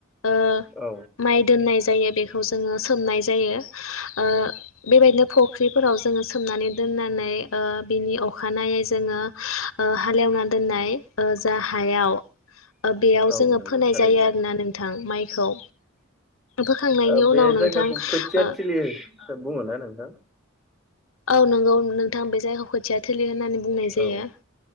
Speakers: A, on the left (about 75°); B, in the centre.
A: ओ
B: औ
A: माइ दोननाय जायो बेखौ जोङो सोमनाय जायो। ओ बेबायदिनो फख्रिफोराव जोङो सोमनानै दोननानै ओ बिनि अखानायै जोङो ओ हालेवना दोननाय जा हायाव ओ बेयाव
B: औ
A: जोङो
B: नंगौ
A: फोनाय
B: थारैनो।
A: जायो आरो ना नोंथां माइखौ। फोखांनायनि
B: ओ बे
A: उनाव नोंथां
B: जायगाखौ खोथिया
A: ओ
B: थिलि बुङोना नोंथां?
A: औ नंगौ नोंथां बे जायखौ खोथिया थोलि होननानै बुंनाय जायो।
B: औ